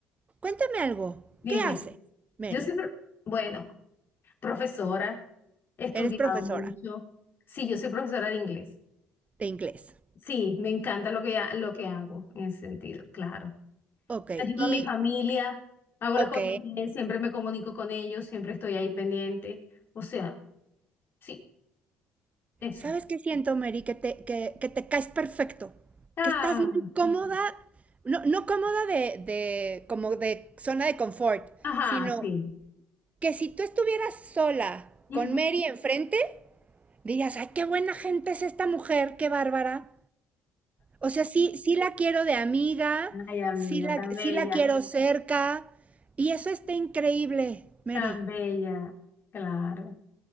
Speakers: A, on the right; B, on the left.
A: Cuéntame algo,
B: Dime,
A: ¿qué haces, Mary?
B: yo soy, pro- bueno, profesora, he estudiado
A: Eres profesora.
B: mucho, sí, yo soy profesora de inglés.
A: De inglés.
B: Sí, me encanta lo que, ha- lo que hago en ese sentido, claro.
A: Ok,
B: Ayudo
A: y,
B: a mi familia, hago
A: ok,
B: las cosas bien, siempre me comunico con ellos, siempre estoy ahí pendiente. O sea, sí, eso.
A: ¿sabes qué siento, Mary? Que te, que, que te caes perfecto,
B: Ah,
A: que estás muy cómoda, no, no cómoda de, de, como de zona de confort,
B: ajá,
A: sino
B: sí.
A: que si tú estuvieras sola
B: Ujú.
A: con Mary enfrente, dirías, ay, qué buena gente es esta mujer, qué bárbara. O sea, sí, sí la quiero de amiga,
B: Ay, amiga,
A: sí la,
B: tan
A: sí
B: bella,
A: la quiero cerca, y eso está increíble, Mary.
B: tan bella, claro.